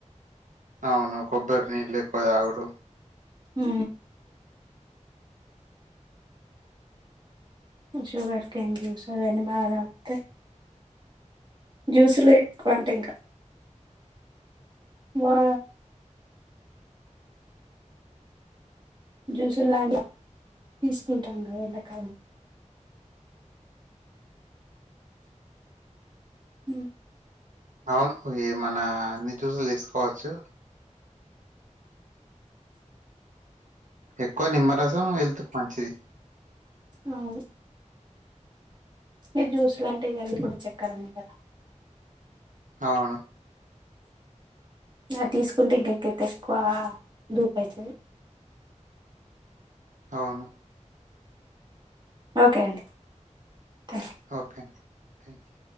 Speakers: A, on the right; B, on the right.
A: అవును కొబ్బరి నీళ్లు లేక్కువ దావుడు.
B: హు షుగర్ కెన్ జుసు అవన్నీ బాగా వత్తే, జుస్సులె క్కువంటే ఇంక వా జుస్సులాంటి తీసుకుంటాం కదా ఎండ <inaudible> హు
A: అవును ఏమన్నా అన్ని జుసులు తీసుకోవచ్చు. ఎక్కువ నిమ్మరసం హేళ్తుకు మంచిది.
B: అవును ఇ జ్యూస్ లాంటివి అది కూడా చెక్కరున్నయ్ కదా
A: అవును
B: ఆ తీసుకుంటే ఇంకా ఇంకింతెక్కువా దూపయితది.
A: అవును
B: ఓకే అండి థ్యాంక్
A: ఓకే నండి, థ్యాంక్ యూ.